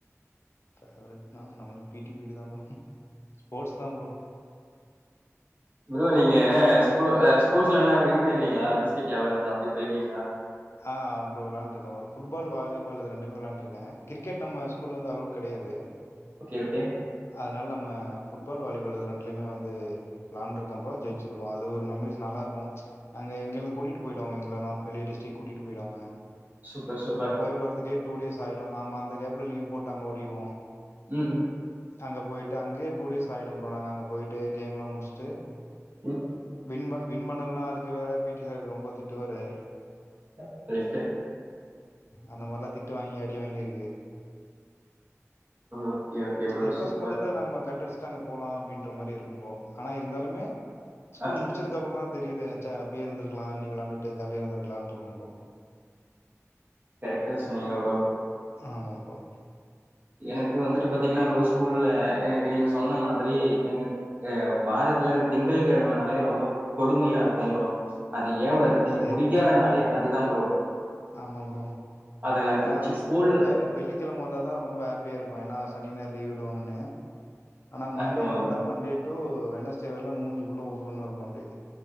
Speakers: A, on the left (about 55°); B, on the right (about 35°).
A: பேவரட்னா நம்ளுக்கு பீட்டிபிரிடு தான் ஃப்ரோ‌ ஸ்போர்ட்ஸ் தான் ஃப்ரோ
B: ஃப்ரோ நீங்க என்ன ஸ்போர்ட்ஸ்லல்லாம் வின் பண்ணிருக்கீங்களா டிஸ்டிக் லெவல் அந்த மாறி போயிருக்கீங்களா
A: ஆஹ் ஃப்ரோ வெளாண்ருக்கேன் ஃப்ரோ ஃபுட்பால் வாலிபால் இது ரெண்டுமே விளான்ருக்கேன் கிரிக்கெட் நம்ம ஸ்கூ ல வந்து அலோட் கெடையாது
B: ஓகே ஓகே
A: அதனால நம்ம ஃபுட்பால் வாலிபால் இது ரெண்டுலயுமே வந்து வெளாண்ருக்கே ஃப்ரோ ஜெயிச்சிருக்கோம் அது ஒரு மெமரிஸ் நல்லா இருக்கும் அங்க இங்கேருந்து கூட்டிட்டு போயிட்வாங்க எங்களெல்லாம் வெளிய டிஸ்டிக் கூட்டிட்டு போய்டுவாங்க
B: சூப்பர் சூப்பர்
A: ஆனா போயிட்டு வர்ரதுக்கே டூடேஸ் ஆகிடும் நாம்ம அந்த கேப்ல லீவ் போட்டு அங்க ஓடிருவோம்
B: ம்
A: அங்கே போயி்ட்டு அங்கேயே டூடேஸ் ஆகிடும்‌ ஃப்ரோ நா அங்க போயி்ட்டு கேம்லாம் முடிச்சுட்டு
B: ம்
A: விண்ப விண்பண்ணலனா அதுக்கு வேற பீட்டி சார் ரொம்ப திட்டுவாரு
B: <inaudible>
A: அந்த மாறிலாம் திட்டு வாங்கி அடி வாங்கியிருக்கு
B: ஓகே ஓகே ப்ரோ
A: எப்ப
B: சூப்பர்
A: ஸ்கூல்ல இருந்து நாம்ம கட்டடிச்சு அங்க போலாம் அப்டின்ற மாறி இருக்கும்ஃப்ரோ ஆனா இருந்தாலுமே ஸ்கூல்
B: ஆ
A: முடிச்ச முடிச்சதுக்கு அப்பறம் தான்‌ தெரியுது ச்சே அப்டியே இருக்கலாம் நீ வெளாண்ட்டுட்டு ஜாலியா இருந்துருக்கலாம் தொழும்போ
B: கரெக்டா சொன்னீங்க ப்ரோ
A: ஆமா ப்ரோ
B: எனக்கு வந்துட்டு பாத்தீங்கன்னா ப்ரோ‌ ஸ்கூல்ல எனக்கு நீங்க சொன்ன மாதிரி எனக்கு அ வாரத்துல இந்த திங்கள்கெழமனாலே ரொம்ப கொடுமையா இருக்கும் ப்ரோ அது ஏ வருது எனக்கு
A: அதே
B: புடிக்காதனாலே அதுதா ப்ரோ
A: ஆமா ப்ரோ
B: அத நா
A: ஏன்னா
B: திருச்சி ஸ்கூல்
A: வேல வெள்ளி கெழம வந்தாதா ரொம்ப ஹாப்பியா இருக்கூ ஏன்னா சனி நாயறு லீ்வு விடுவாங்கன்னு ஆனா மண்டே
B: ஆ ஆமா
A: வந்ட்டா
B: ப்ரோ
A: மண்டே டு வென்ஸ்டே வரல மூஞ்சு ஃபுள்ளு உர்ருன்னு இருக்கூ அப்டியே